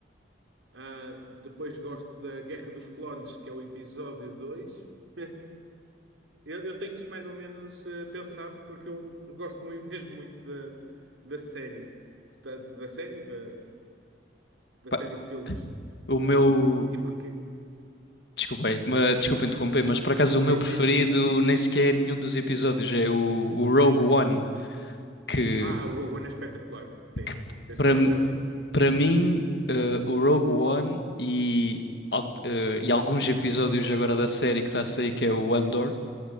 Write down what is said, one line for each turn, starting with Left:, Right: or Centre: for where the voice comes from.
Right: Ah, depois gosto da Guerra dos Clones, que é o episódio 2. <laughs> Eu, eu tenho isto mais ou menos eh, pensado porque eu gosto mui- <laughs> mesmo muito da, da série, portanto, da série, da, da
Left: Pá,
Right: série de filmes.
Left: o
Right: Ah,
Left: meu.
Right: e porque,
Left: Desculpei, mas, desculpa interromper, mas por acaso o meu
Right: diz,
Left: preferido
Right: diz, diz.
Left: nem sequer é nenhum dos episódios, é o, o Rogue One. que,
Right: Ah, o Rogue One é espetacular. Sim,
Left: que
Right: tens
Left: para,
Right: toda a razão.
Left: para mim, eh, o Rogue One e, al- eh, e alguns episódios agora da série que está a sair, que é o Andor,